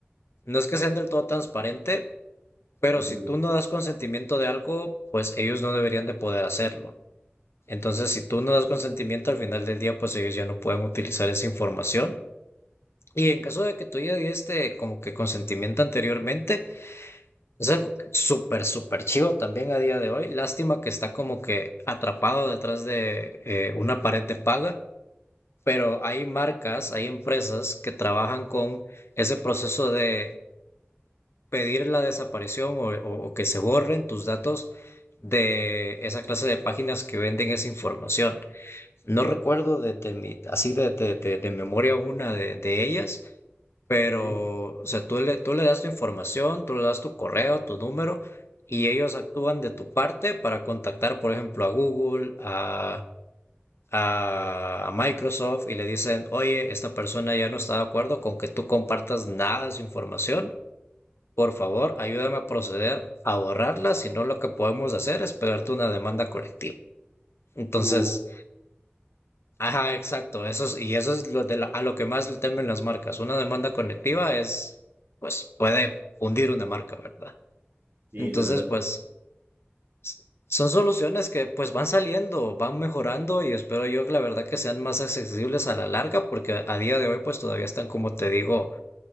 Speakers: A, on the left; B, on the right.
A: no es que sean del todo transparente, pero
B: Ujú,
A: si tú no das consentimiento de algo, pues ellos no deberían de poder hacerlo. Entonces, si tú no das consentimiento, al final del día, pues ellos ya no pueden utilizar esa información. Y en caso de que tú ya diste como que consentimiento anteriormente, es algo súper, súper chivo también a día de hoy. Lástima que está como que atrapado detrás de eh, una pared de paga, pero hay marcas, hay empresas que trabajan con ese proceso de pedir la desaparición o, o- o que se borren tus datos de esa clase de páginas que venden esa información. No recuerdo de, de mi- así de, de- de- de memoria una de, de ellas, pero
B: Ok.
A: o sea, tú le, tú le das tu información, tú le das tu correo, tu número, y ellos actúan de tu parte para contactar, por ejemplo, a Google, a, a, a Microsoft, y le dicen, oye, esta persona ya no está de acuerdo con que tú compartas nada de su información. Por favor, ayúdame a proceder a borrarla, si no lo que podemos hacer es pegarte una demanda colectiva. Entonces,
B: Uh,
A: Ajá, exacto. Eso es- y eso es lo de la- a lo que más le temen las marcas. Una demanda conectiva es, pues, puede hundir una marca, ¿verdad?
B: sí,
A: Entonces,
B: la verdad.
A: pues, s- son soluciones que, pues, van saliendo, van mejorando y espero yo, que la verdad, que sean más accesibles a la larga, porque a día de hoy, pues, todavía están, como te digo,